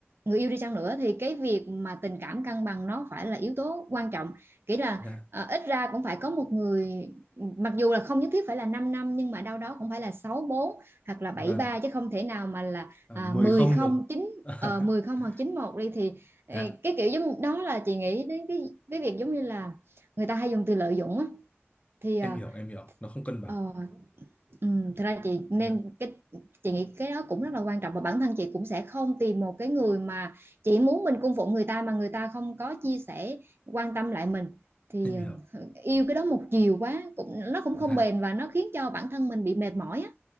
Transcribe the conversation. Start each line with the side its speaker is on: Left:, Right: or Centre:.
Right: người yêu đi chăng nữa thì cái việc mà tình cảm cân bằng nó phải là yếu tố quan trọng kỹ là
Left: dạ
Right: ờ, ít ra cũng phải có một người mặc dù là không nhất thiết phải là 5 năm nhưng mà đâu đó cũng phải là sáu bốn hoặc là bảy
Left: vâng
Right: ba chứ không thể nào mà là
Left: Ờ,
Right: à,
Left: mười
Right: 10
Left: không
Right: không
Left: được
Right: chín
Left: <laughs>
Right: ờ, 10 không hoặc chín một đi thì ê,
Left: dạ
Right: cái kiểu giống đó là chị nghĩ đến cái cái việc giống như là người ta hay dùng từ lợi dụng á thì ờ,
Left: em hiểu em hiểu nó không cân bằng
Right: ờ, Ừ, thật ra chị nên
Left: dạ
Right: cái chị nghĩ cái đó cũng rất là quan trọng và bản thân chị cũng sẽ không tìm một cái người mà chỉ muốn mình cung phụng người ta mà người ta không có chia sẻ quan tâm lại mình thì
Left: em hiểu
Right: ừ, yêu cái đó một chiều quá cũng nó cũng
Left: dạ
Right: không bền và nó khiến cho bản thân mình bị mệt mỏi á